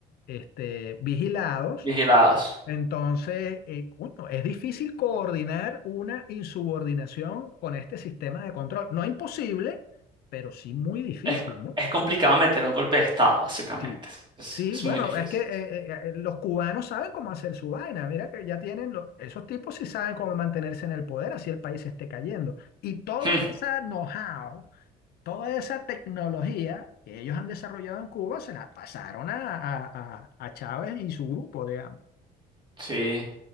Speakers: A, on the left; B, on the right.
A: este, vigilados.
B: vigiladas.
A: Entonces, eh, coño, es difícil coordinar una insubordinación con este sistema de control. No imposible, pero sí muy difícil,
B: Es,
A: ¿no?
B: es complicado meter un golpe de estado, básicamente.
A: Sí.
B: Es,
A: Sí,
B: es
A: bueno,
B: muy difícil.
A: es que eh, eh, eh, los cubanos saben cómo hacer su vaina. Mira que ya tienen, los- esos tipos sí saben cómo mantenerse en el poder, así el país esté cayendo. Y todo
B: <laughs>
A: ese know-how toda esa tecnología que ellos han desarrollado en Cuba se la pasaron a, a- a- a Chávez y su grupo, digamos.
B: Sí.